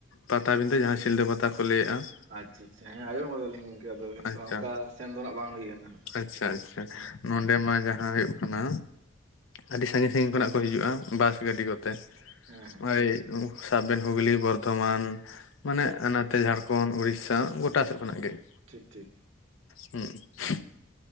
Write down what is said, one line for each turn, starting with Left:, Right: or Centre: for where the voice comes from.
Left: ᱯᱟᱛᱟᱵᱤᱸᱦᱫᱟᱹ ᱡᱟᱦᱟᱸ ᱥᱤᱞᱫᱟᱹ ᱯᱟᱛᱟ ᱠᱚ ᱞᱟᱹᱭᱮᱜᱼᱟ ᱾
Right: ᱟᱪᱪᱷᱟ ᱟᱪᱪᱷᱟ ᱦᱮᱸ ᱟᱡᱚᱢ ᱟᱠᱟᱫᱟᱞᱤᱧ ᱜᱚᱝᱠᱮ, ᱟᱫᱚ ᱠᱤᱱᱛᱩ
Left: ᱟᱪᱪᱷᱟ
Right: ᱚᱱᱠᱟ ᱥᱮᱱ ᱫᱚ ᱟᱸᱜ ᱵᱟᱝ ᱦᱩᱭ ᱟᱠᱟᱱᱟ ᱦᱟᱸᱜ᱾
Left: ᱟᱪᱪᱷᱟ ᱟᱪᱪᱷᱟ
Right: ᱦᱮᱸ
Left: ᱱᱚᱸᱰᱮ ᱢᱟ ᱡᱟᱦᱟᱸ ᱦᱩᱭᱩᱜ ᱠᱟᱱᱟ ᱟᱹᱰᱤ ᱥᱟᱺᱜᱤᱧ ᱥᱟᱺᱜᱤᱧ ᱠᱷᱚᱱᱟᱜ ᱠᱚ ᱦᱤᱡᱩᱜᱼᱟ ᱵᱟᱥ ᱜᱟᱹᱰᱤ ᱠᱚᱛᱮ
Right: ᱦᱮᱸ ᱦᱮᱸ
Left: ᱱᱚᱜᱼᱚᱭ ᱥᱟᱵᱮᱱ ᱦᱩᱜᱽᱞᱤ ᱵᱚᱨᱫᱷᱚᱢᱟᱱ ᱢᱟᱱᱮ ᱱᱚᱛᱮ ᱡᱷᱟᱲᱠᱷᱚᱸᱰ ᱩᱲᱤᱥᱟ ᱜᱚᱴᱟ ᱥᱮᱜ ᱠᱷᱚᱱᱟᱜ ᱜᱮ ᱾
Right: ᱴᱷᱤᱠ ᱴᱷᱤᱠ ᱾
Left: ᱦᱩᱸᱜ ᱩᱸ ᱾